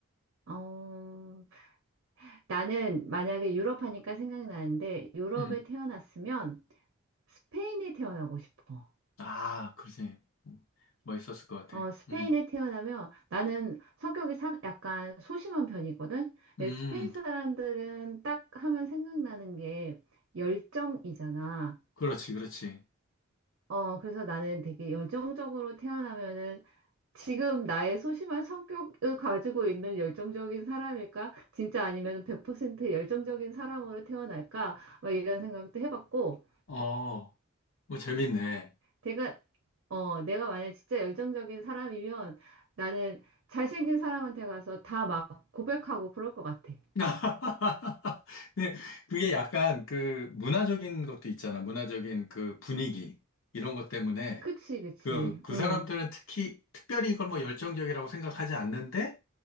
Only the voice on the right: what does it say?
어, 나는 만약에 유럽 하니까 생각나는데 유럽에
태어났으면 스페인에 태어나고 싶어.
어, 스페인에
태어나면 나는 성격이 사- 약간 소심한 편이거든. 근데
스페인 사람들은 딱 하면 생각나는 게 열정이잖아.
어, 그래서 나는 되게 열정적으로 태어나면은 지금 나의 소심한 성격을 가지고 있는 열정적인 사람일까? 진짜 아니면 100% 열정적인 사람으로 태어날까? 막 이런 생각도 해봤고,
내가, 어, 내가 만약 진짜 열정적인 사람이면 나는 잘생긴 사람한테 가서 다 막 고백하고 그럴 것 같아.
그치, 그치.
응,